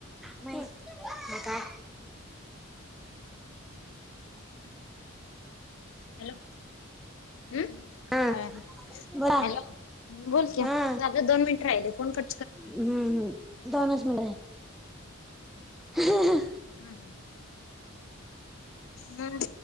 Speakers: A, in the centre; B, on the left (about 70°).
A: म काय?
B: हॅलो. हम्,
A: हा बोला
B: हॅलो बोल की
A: हा
B: झाल दोन मिनट राहिले फोन कर
A: हम्म हम् दोनच मिनिट राहिलेत.
B: हम्. हम्,